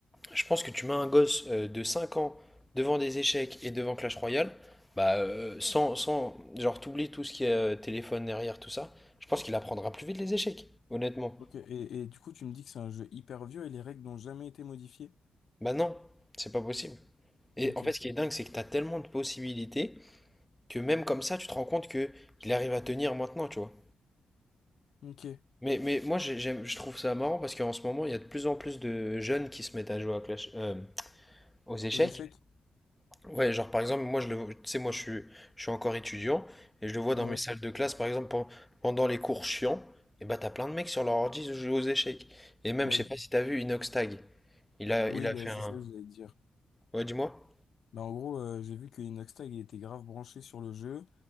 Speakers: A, in the centre; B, on the left (about 75°).
A: je pense que tu mets un gosse euh, de 5 ans devant des échecs et devant Clash Royale, bah, euh, sans, sans, genre, t'oublies tout ce qui est euh, téléphone derrière, tout ça, je pense qu'il apprendra plus vite les échecs, honnêtement.
B: Ok. Et, et du coup, tu me dis que c'est un jeu hyper vieux et les règles n'ont jamais été modifiées.
A: Bah non, c'est pas possible. Et
B: Ok.
A: en fait, ce qui est dingue, c'est que t'as tellement de possibilités que même comme ça, tu te rends compte que il arrive à tenir maintenant, tu vois.
B: Ok.
A: Mais, mais moi, j'ai- j'aime, je trouve ça marrant parce qu'en ce moment, il y a de plus en plus de jeunes qui se mettent à jouer à Clash, euh, aux échecs.
B: Aux échecs?
A: Ouais, genre par exemple, moi je le, tu sais, moi je suis, je suis encore étudiant et je le vois dans
B: Ouais.
A: mes salles de classe, par exemple, pen- pendant les cours chiants, et bah t'as plein de mecs sur leur ordi jouer aux échecs. Et même,
B: Bah,
A: je sais pas si t'as vu Inox Tag. Il a,
B: oui,
A: il a
B: bah,
A: fait
B: c'est
A: un.
B: ça que j'allais dire.
A: Ouais, dis-moi.
B: Bah, en gros, euh, j'ai vu que Inoxtag il était grave branché sur le jeu,